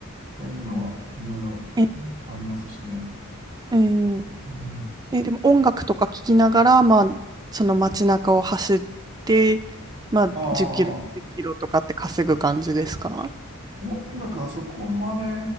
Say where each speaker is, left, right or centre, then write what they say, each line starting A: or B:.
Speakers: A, on the right; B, on the right.
A: そういうのはいろいろ
B: ええ
A: ありますしね。
B: ええ
A: うん、
B: え、でも音楽とか聞きながら、まあ、その街中を走って、まあ、
A: ああ、
B: 10キロ、1キロとかって稼ぐ感じですか
A: 音楽はそこまで、え